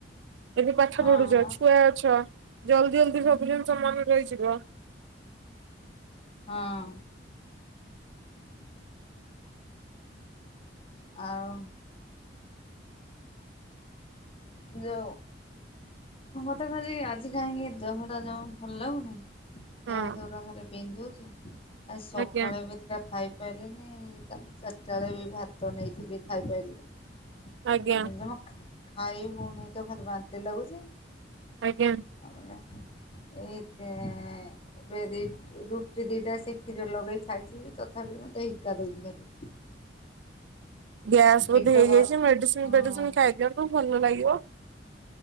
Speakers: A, on the right (about 75°); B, on the left (about 30°).
A: ଏବେ ପାଠ
B: ହଁ
A: ପଢୁଛ ଛୁଆ ଅଛ ଜଲଦି ଜଲଦି ସବୁ ଜିନିଷ ମନେ ରହିଯିବ।
B: ହଁ। ଆଉ। ଯୋ ହଁ ମତେ ଭାରି ଆଜି କାହିଁକି ଦେହଟା ଜମା ଭଲ ଲାଗୁନି। ଦେହ
A: ହଁ
B: ହାତ ଗୁଡ଼ା ଖଲି ବିନ୍ଧୁଛି ଆ ସକାଳେ
A: ଆଜ୍ଞା
B: ବିଟା ଖାଇ ଖପାରନି ତାପରେ ଚାରିଟା ବେଳେ ବି ଭାତ ନେଇଥିଲି ଖାଇପାରିଲିନା।
A: ଆଜ୍ଞା
B: ଜମା ଖାଇ ହଉନି ତ ଖାଲି ବାନ୍ତି ଲାଗୁଛି।
A: ଆଜ୍ଞା।
B: ଆମର ଏଇ ତେ ଏବେ ଦି ରୁଟି ଦିଟା ସେ କ୍ଷୀରରେ ଲଗେଇ ଖାଇଛି ତଥାପି ମତେ ହିକା ଦଉଛି ଖାଲି।
A: ଗ୍ୟାସ୍
B: ପେଟ
A: ବୋଧେ ହେଇଯାଇଛି
B: ଗ
A: ମେଡିସିନ
B: ହଁ
A: ଫେଡିସିନ ଖାଇ ଦିଅନ୍ତୁ ଭଲ ଲାଗିବ।